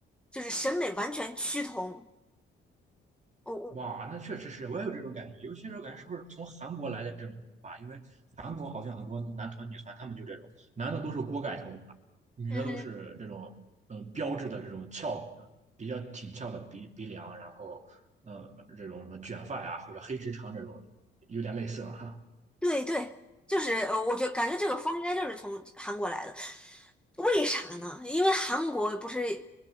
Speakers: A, in the centre; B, on the right.
A: 就是审美完全趋同。我、我
B: 哇，那确实是，我也有这种感觉。尤其是我感觉是不是从韩国来的这种文化因为韩国好像很多男团、女团，他们就这种，男的都是锅盖头，对吧女的都是这种，
A: 嗯哼。
B: 嗯、标志的这种翘，呃比较挺翘的鼻鼻梁，然后，嗯，这种什么卷发呀、或者黑直长这种，有点类似了。哈。
A: 对对，就是呃，我觉感觉这个风应该就是从韩国来的，为啥呢？因为韩国不是